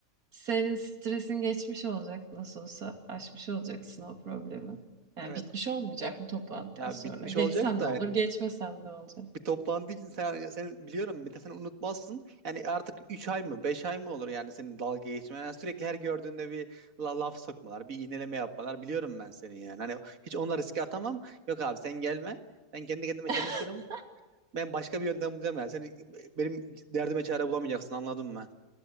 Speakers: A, on the right; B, on the right.
A: senin stresin geçmiş olacak nasıl olsa. Aşmış olacaksın o problemi. Yani
B: Evet.
A: bitmiş olmayacak mı toplantıdan
B: Ya
A: sonra.
B: bitmiş
A: Geçsem
B: olacak da
A: ne olur, geçmesem ne olacak?
B: bir toplandığı için sen, sen biliyorum bir de sen unutmazsın. Yani artık 3 ay mı 5 ay mı olur yani senin dalga geçmen. Yani sürekli her gördüğünde bir la- laf sokmalar, bir iğneleme yapmalar. Biliyorum ben seni yani. Hani hiç onunla riske atamam. Yok abi sen gelme. Ben kendi kendime
A: <laughs>
B: çalışırım. Ben başka bir yöntem bulacağım yani. Seni benim derdime çare bulamayacaksın anladım ben.